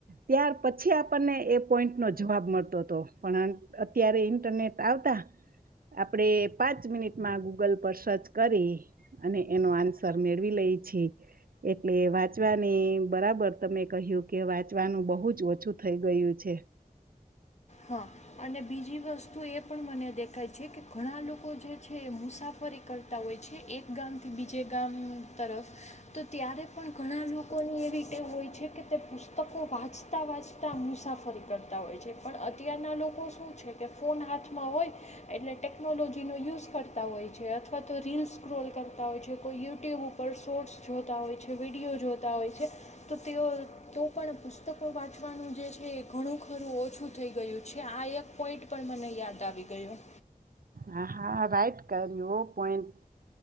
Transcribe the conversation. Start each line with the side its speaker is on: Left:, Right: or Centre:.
Right: ત્યાર પછી આપણને એ પોઈન્ટ નો જવાબ મળતો હતો પણ અત્યારે ઈન્ટરનેટ આવતા આપડે પાંચ મિનિટમાં ગૂગલ પર સર્ચ કરી અને એનો આન્સર મેળવી લઈ છે એટલે વાંચવાની બરાબર તમે કહ્યું કે વાંચવાનું બહુ જ ઓછું થઈ ગયું છે
Left: હા અને બીજી વસ્તુ એ પણ મને દેખાય છે કે ઘણા લોકો જે છે એ મુસાફરી કરતા હોય છે એક ગામથી બીજે ગામ તરફ તો ત્યારે પણ ઘણા લોકોની એવી ક હોય છે કે તે પુસ્તકો વાંચતાં વાંચતાં મુસાફરી કરતા હોય છે પણ અત્યારના લોકો શું છે કે ફોન હાથમાં હોય એટલે ટેકનોલોજીનો યુઝ કરતા હોય છે અથવા તો રીલસ ક્રોલ કરતા હોય છે કોઈ યુટ્યુબ ઉપર શોર્ટ્સ જોતા હોય છે વિડીયો જોતા હોય છે તો તેઓ તો પણ પુસ્તકો વાંચવાનું જે છે એ ઘણું ખરું ઓછું થઈ ગયું છે આ એક પોઈન્ટ પણ મને યાદ આવી ગયું
Right: હા હા રાઈટ કર્યો પોઈન્ટ